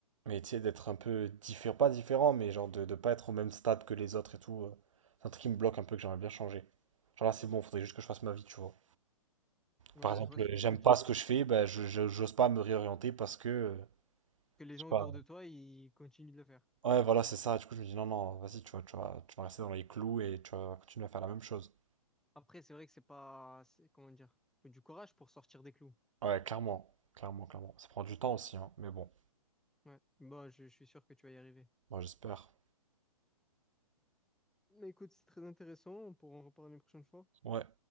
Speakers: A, on the right (about 60°); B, in the centre.
A: Mais tu sais, d'être un peu différent, pas différent, mais genre de, de pas être au même stade que les autres et tout. euh, c'est un truc qui me bloque un peu que j'aimerais bien changer. Genre là, c'est bon, faudrait juste que je fasse ma vie, tu vois.
B: Ouais,
A: Par exemple,
B: je vois ce
A: euh,
B: que
A: j'aime
B: tu veux dire.
A: pas ce que je fais, bah, je, je- j'ose pas me réorienter parce que, euh,
B: Parce que les
A: je
B: gens
A: sais pas,
B: autour de toi, ils continuent de le faire.
A: Ouais, voilà, c'est ça. Du coup, je me dis, non, non, vas-y, tu vas, tu vas, tu vas rester dans les clous et tu vas continuer à faire la même chose.
B: Après, c'est vrai que c'est pas, c'est, comment dire, faut du courage pour sortir des clous.
A: Ouais, clairement, clairement, clairement. Ça prend du temps aussi, hein, mais bon,
B: Ouais. Bon, je, je suis sûr que tu vas y arriver.
A: moi, j'espère.
B: Mais écoute, c'est très intéressant. On pourra en reparler une prochaine fois.
A: Ouais.